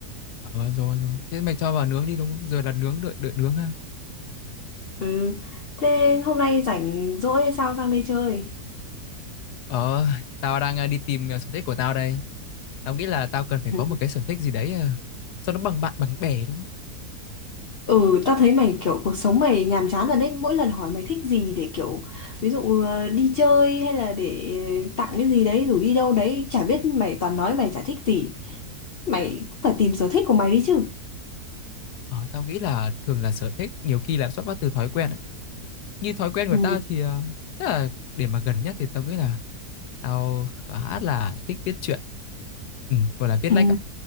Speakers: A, on the left (about 80°); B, on the left (about 70°).
A: Ờ, rồi rồi. Thế mày cho vào nướng đi đúng không? Giờ là nướng, đợi, đợi nướng ha.
B: Ừ. Thế hôm nay rảnh rỗi hay sao sang đây chơi?
A: Ờ, tao đang ờ, đi tìm ờ, sở thích của tao đây. Tao nghĩ là tao cần phải
B: Ừ.
A: có một cái sở thích gì đấy ờ, cho nó bằng bạn bằng bè đúng không?
B: Ừ, ta thấy mày kiểu cuộc sống mày nhàm chán rồi đấy. Mỗi lần hỏi mày thích gì để kiểu ví dụ ờ, đi chơi hay là để tặng cái gì đấy rủ đi đâu đấy, chả biết mày toàn nói mày chả thích gì. Mày cũng phải tìm sở thích của mày đi chứ.
A: Ờ, tao nghĩ là thường là sở thích nhiều khi là xuất phát từ thói quen ấy. Như thói quen của
B: Ừ.
A: tao thì ờ, chắc là để mà gần nhất thì tao nghĩ là tao khá là thích viết truyện. Ừ, gọi là viết
B: Ừ.
A: lách ạ.